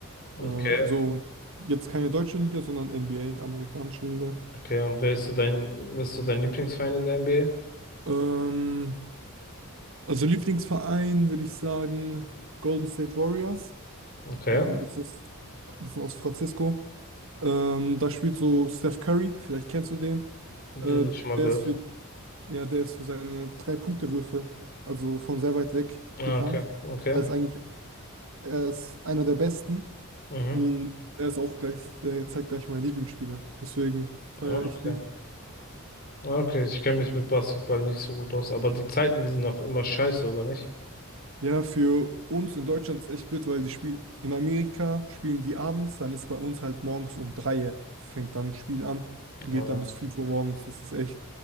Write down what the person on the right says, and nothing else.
Äh, also jetzt keine deutsche Liga, sondern NBA, amerikanische Liga.
Ähm, also Lieblingsverein würde ich sagen Golden State Warriors.
Ähm, das ist, die sind aus Francisco. Ähm, da spielt so Steph Curry, vielleicht kennst du den.
Äh,
der
ist für Ja, der ist für seine Drei-Punkte-Würfe, also von sehr weit weg
bekannt.
Er ist eigentlich, er ist einer der Besten
und er ist auch gleich, er zeigt gleich mein Lieblingsspieler. Deswegen feiere
ich
die.
Ja, für uns in Deutschland ist echt blöd, weil die spielen, in Amerika spielen die abends, dann ist bei uns halt morgens um 3 fängt dann ein Spiel an und
geht dann
bis 5 Uhr morgens. Das ist echt